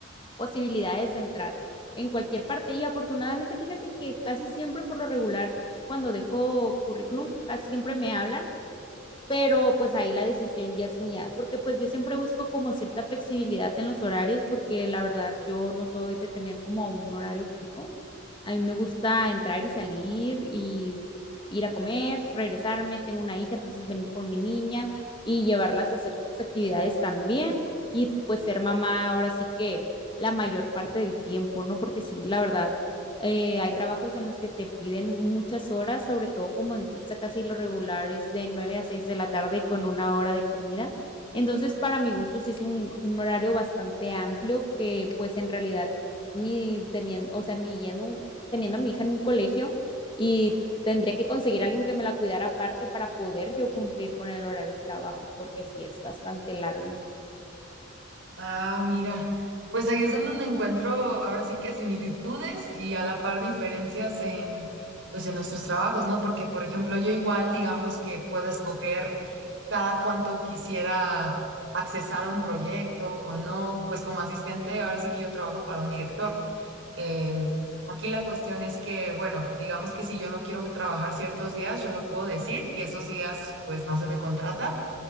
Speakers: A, on the left; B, on the right.
A: posibilidades de entrar en cualquier parte. Y afortunadamente, fíjate que casi siempre por lo regular, cuando dejo currículum, casi siempre me hablan pero pues ahí la decisión ya es mía, porque pues yo siempre busco como cierta flexibilidad en los horarios, porque la verdad yo no soy de tener como un horario fijo. A mí me gusta entrar y salir y ir a comer, regresarme, tengo una hija, entonces venir por mi niña y llevarlas a hacer sus actividades también y pues ser mamá ahora sí que la mayor parte del tiempo, ¿no? Porque sí, la verdad, eh, hay trabajos en los que te piden muchas horas, sobre todo como dentista, casi lo regular es de 9 a 6 de la tarde con una hora de comida. Entonces, para mi gusto, sí es un, un horario bastante amplio que pues en realidad ni teniendo, o sea, ni yendo teniendo a mi hija en un colegio y tendría que conseguir a alguien que me la cuidara aparte para poder yo cumplir con el horario de trabajo, porque sí es bastante largo.
B: Ah, mira, pues ahí es en donde encuentro ahora sí que similitudes y a la par diferencias en, pues en nuestros trabajos, ¿no? Porque, por ejemplo, yo igual, digamos que puedo escoger cada cuánto quisiera accesar a un proyecto o no, pues como asistente, ahora sí que yo trabajo para un director. Em, aquí la cuestión es que, bueno, digamos que si yo no quiero trabajar ciertos días, yo lo puedo decir y esos días, pues no se me contrata